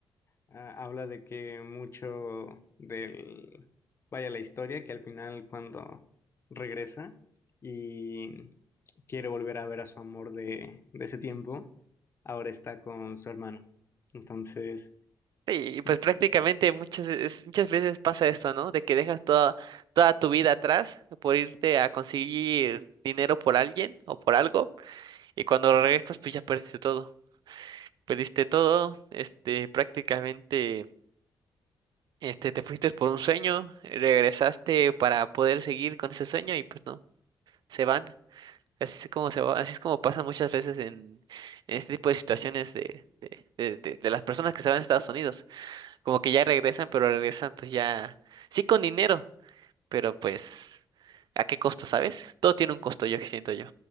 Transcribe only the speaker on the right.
sí,
pues prácticamente muchas veces, muchas veces pasa esto, ¿no? De que dejas toda, toda tu vida atrás por irte a conseguir dinero por alguien o por algo, y cuando regresas, pues ya perdiste todo. Perdiste todo, este, prácticamente Este, te fuiste por un sueño, regresaste para poder seguir con ese sueño y pues no, se van. Así es como se va, así es como pasa muchas veces en, en este tipo de situaciones de, de, de, de- de las personas que se van a Estados Unidos. Como que ya regresan, pero regresan pues ya, sí con dinero, pero pues, ¿a qué costo, sabes? Todo tiene un costo, yo siento yo.